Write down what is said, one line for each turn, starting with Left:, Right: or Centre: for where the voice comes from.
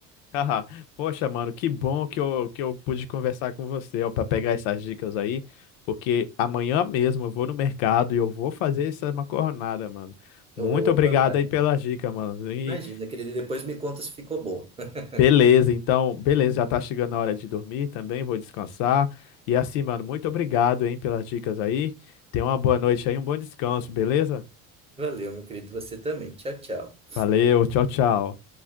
Left: Haha. Poxa, mano, que bom que eu, que eu pude conversar com você, ó, para pegar essas dicas aí, porque amanhã mesmo eu vou no mercado e eu vou fazer essa macarronada, mano. Muito
Right: Opa,
Left: obrigado
Right: vai.
Left: aí pelas dicas, mano. E
Right: Imagina, querido, e depois me conta se ficou bom. <laughs>
Left: beleza, então, beleza, já tá chegando a hora de dormir também, vou descansar. E assim, mano, muito obrigado, hein, pelas dicas aí. Tenha uma boa noite aí, um bom descanso, beleza?
Right: Valeu, meu querido, você também. Tchau, tchau.
Left: Valeu, tchau, tchau.